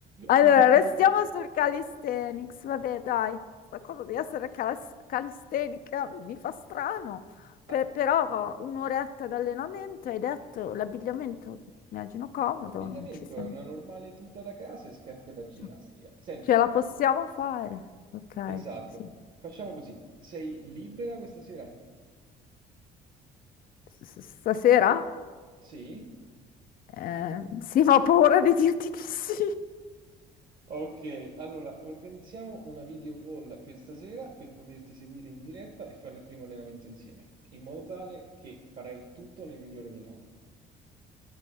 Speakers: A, on the left; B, on the right.
A: Allora,
B: Quindi
A: restiamo sul calisthenics. Vabbè, dai, sta cosa di essere calis- calistenica mi fa strano. Per-
B: ah,
A: però un'oretta di allenamento, hai detto, l'abbigliamento, immagino comodo,
B: l'abbigliamento
A: non ci siamo.
B: è una normale tuta da casa e scarpe da ginnastica.
A: Cioè,
B: Senti,
A: ce la possiamo fare. Ok,
B: esatto,
A: sì.
B: facciamo così. Sei libera questa sera?
A: S- s- Stasera?
B: Sì?
A: Eh, sì, ma ho paura di dirti di sì.
B: Ok, allora organizziamo una video call per stasera per poterti seguire in diretta e fare il primo allenamento insieme, in modo tale che farai tutto nel migliore dei modi.